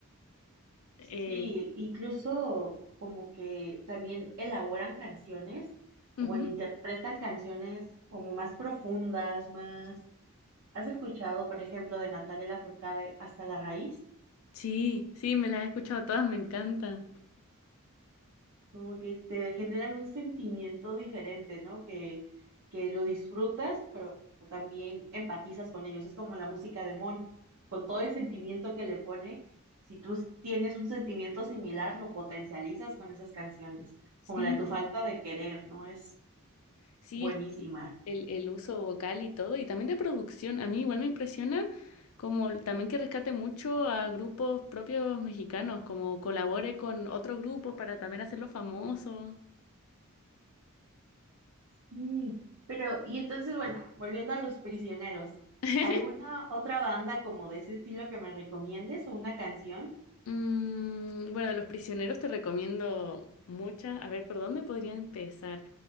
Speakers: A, on the right (about 85°); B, on the left (about 70°).
A: Sí,
B: eh,
A: incluso como que también elaboran canciones, o
B: ujú.
A: bueno, interpretan canciones como más profundas, más... ¿Has escuchado, por ejemplo, de Natalia Lafourcade Hasta la raíz?
B: Sí, sí, me las he escuchado todas, me encanta.
A: como que te generan un sentimiento diferente, ¿no? Que, que lo disfrutas, pero también empatizas con ellos. Es como la música de Mon, con todo el sentimiento que le pone. Si tú s- tienes un sentimiento similar, lo potencializas con esas canciones,
B: Sí.
A: como la de tu falta de querer, ¿no? Es
B: Sí,
A: buenísima.
B: es que el, el uso vocal y todo, y también de producción. A mí igual me impresiona como el- también que rescate mucho a grupos propios mexicanos, como colabore con otros grupos para también hacerlos famosos.
A: Sí, pero y entonces, bueno, volviendo a Los Prisioneros,
B: <laughs>
A: ¿alguna otra banda como de ese estilo que me recomiendes o una canción?
B: Mm, bueno, de Los Prisioneros te recomiendo muchas. A ver, ¿por dónde podría empezar?